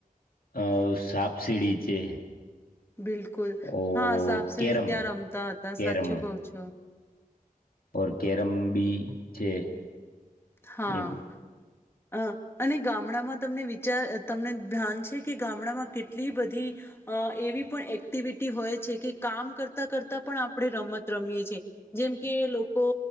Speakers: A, on the left; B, on the left.
A: અહ સાપ સીડી છે.
B: બિલકુલ,
A: ઓર
B: હા સાપ સીડી
A: કેરમ
B: ત્યાં રમતા હતા
A: કેરમ
B: સાચું કહો છો.
A: ઓર કેરમ બી છે.
B: હા.
A: એ
B: અહ અને ગામડામાં તમને વિચાર તમને ધ્યાન છે કે ગામડામાં કેટલી બધી અહ એવી પણ એક્ટિવિટી હોય છે, કે કામ કરતા કરતા પણ આપણે રમત રમીએ છે, જેમ કે લોકો